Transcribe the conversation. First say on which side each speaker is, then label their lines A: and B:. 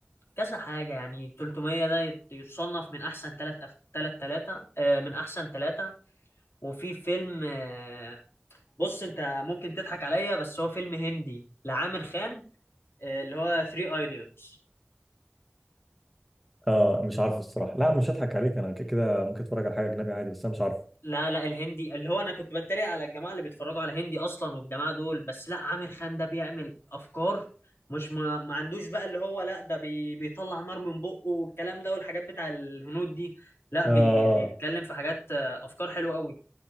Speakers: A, on the left; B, in the centre.
A: كذا حاجه يعني 300 ده يت- يتصنف من احسن ثلاث أف... ثلاث ثلاثه من احسن ثلاثه وفي فيلم آه، بص انت ممكن تضحك عليا بس هو فيلم هندي لعامر خان آه، اللي هو 3 ايديوتس
B: اه مش عارفه الصراحه لا مش هضحك عليك انا كده كده ممكن اتفرج على حاجه اجنبي عادي بس انا مش عارفه
A: لا لا الهندي اللي هو انا كنت بتريق على الجماعه اللي بيتفرجوا على هندي اصلا والجماعه دول بس لا عامر خان ده بيعمل افكار مش ما, ما عندوش بقى اللي هو لا ده بي بيطلع نار من بقه والكلام ده والحاجات بتاع الهنود دي لا بي
B: اه آه.
A: بيتكلم في حاجات آه، افكار حلوه قوي